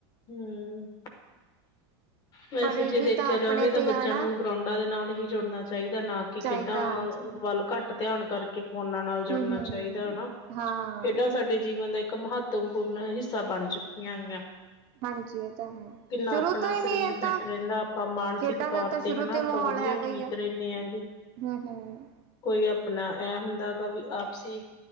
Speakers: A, on the left; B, on the right.
A: ਹਮ। ਵੈਸੇ
B: ਪਰ ਇਹ
A: ਜੇ
B: ਵੀ
A: ਦੇਖਿਆ
B: ਤਾਂ ਆਪਣੇ
A: ਜਾਵੇ ਤਾਂ
B: ਤੇ
A: ਬੱਚਿਆਂ
B: ਆਣਾ
A: ਨੂੰ ਗਰਾਊਂਡਾਂ ਦੇ ਨਾਲ ਹੀ ਜੁੜਨਾ ਚਾਹੀਦਾ, ਨਾ ਕਿ
B: ਚਾਹੀਦਾ
A: ਖੇਡਾਂ
B: ਹਾਂਜੀ
A: ਵੱਲ ਘੱਟ ਧਿਆਨ ਕਰਕੇ ਫੋਨਾਂ ਨਾਲ ਜੁੜਨਾ
B: ਹੂੰ ਹੂੰ
A: ਚਾਈਦੈ ਨਾ,
B: ਹਾਂ
A: ਖੇਡਾਂ
B: ਹਾਂ
A: ਸਾਡੇ ਸਾਡੇ ਜੀਵਨ ਦਾ ਇੱਕ ਮਹੱਤਵਪੂਰਨ ਹਿੱਸਾ ਬਾਨ ਚੁੱਕੀਆਂ ਹੋਈਆਂ।
B: ਹਾਂਜੀ ਇਹ ਤਾਂ ਹੈ
A: ਕਿੰਨਾ
B: ਸ਼ੁਰੂ
A: ਆਪਣਾ
B: ਤੋਂ ਹੀ
A: ਸਰੀਰ
B: ਨਹੀਂ ਇਹ
A: ਫਿੱਟ
B: ਤਾਂ
A: ਰੈਂਦਾ, ਆਪਾਂ ਮਾਨਸਿਕ
B: ਖੇਡਾਂ
A: ਤੌਰ
B: ਦਾ ਤਾਂ ਸ਼ੁਰੂ
A: ਤੇ ਹਨਾ
B: ਤੋਂ
A: ਅਪਾਂ
B: ਮਾਹੌਲ
A: ਵਦੀਆ
B: ਹੈਗਾ
A: ਠੀਕ
B: ਹੀ ਆ
A: ਰੈਨੇ ਆ ਜੀ।
B: ਹੂੰ ਹੂੰ
A: ਕੋਈ ਆਪਨਾ ਐ ਹੁੰਦੈ ਐਗਾ ਵੀ ਆਪਸੀ